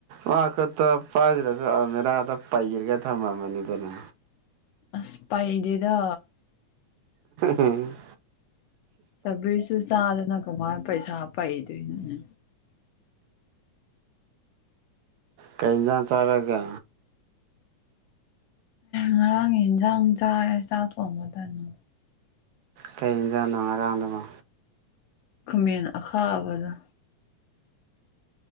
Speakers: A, on the right; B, on the left.
A: ꯋꯥꯈꯣꯏ ꯄꯥꯖꯔꯁꯨ ꯃ ꯄꯍꯤꯔꯒ ꯊꯃ ꯃꯅꯤꯗꯅ
B: ꯑꯁ ꯄꯥꯏꯗꯗ
A: ꯎꯝ
B: ꯁꯔꯚꯤꯁꯁꯨꯨ ꯆꯥꯗꯅ ꯀꯃꯥꯏꯅ ꯄꯩꯁꯥ ꯄꯩꯗꯣꯏꯅꯣꯅꯦ
A: ꯀꯩꯖ ꯇꯔꯒ
B: ꯉꯔꯥꯡ ꯌꯦꯟꯁꯥꯡ ꯆꯥꯛꯦ ꯆꯥꯛ ꯊꯣꯡꯕꯗꯅ
A: ꯀꯩꯗꯅꯅꯨꯡꯉꯔꯥꯡꯗꯕ
B: ꯈꯃꯦꯟ ꯑꯈꯥꯂ